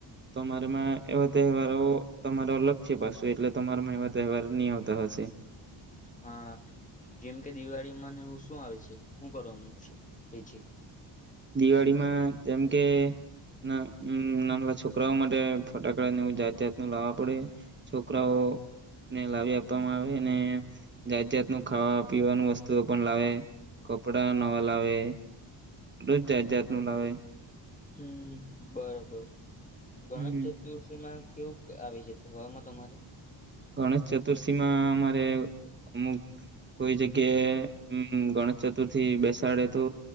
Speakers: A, on the right; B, on the left.
A: તમારામાં એવા તહેવારો તમારો લક્ષ્ય પાસે એટલે તમારામાં એવા તહેવાર નહી આવતા હશે.
B: હા જેમ. કે દિવાળીમાંનેું શું આવે છે શું કરવાનું છે. એ છે
A: દિવાળીમાં જેમ કે. ના નાનાલા છોકરાઓ માટે ફટાકડાને એવું જાત જાત ન લાવવા પડે છોકરાઓને લાવી આપવામાં આવે ને જાત જાત નું ખાવા પીવાનું વસ્તુઓ પણ લાવે કપડા નવા લાવે. જ જાત જાત ન લાવે.
B: હમ બરાબર. ગણેશ
A: હમ
B: ચતુર્થી માં. કેવું આવે છે તહેવારમાં તમારે.
A: ગણેશ ચતુર્થીમાં અમારે અમુક કોઈ જગ્યાએ ગણેશ ચતુર્થી બેસાડે તો